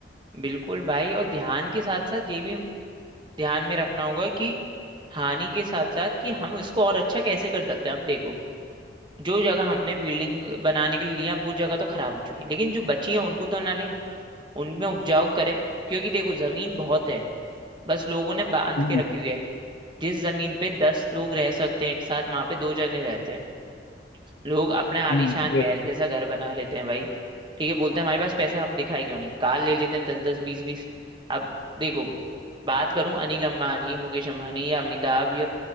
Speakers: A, on the right; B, on the left.
A: बिल्कुल भाई और ध्यान के साथ साथ ये भी ध्यान में रखना होगा कि हानि के साथ साथ कि हम इसको और अच्छा कैसे कर सकते हैं आप देखो जो जगह हमने बिल्डिंग बनाने के लिए लिया वो जगह तो खराब हो चुकी है लेकिन जो बची है उनको तो ना ले उनमें उपजाऊ करें क्योंकि देखो जमीन बहुत है बस लोगों ने बांध
B: हम्म
A: के रखी हुई है जिस जमीन पे दस लोग रह सकते हैं एक साथ वहां पे दो जने रहते हैं लोग अपने आलीशान
B: हम्म देखिए
A: महल जैसा घर बना लेते हैं भाई ठीक है बोलते हैं हमारे पास पैसे हम दिखाए क्यों नहीं कार ले लेते हैं दस दस बीस बीस अब देखो बात करूं अनिल अंबानी मुकेश अंबानी या अमिताभ या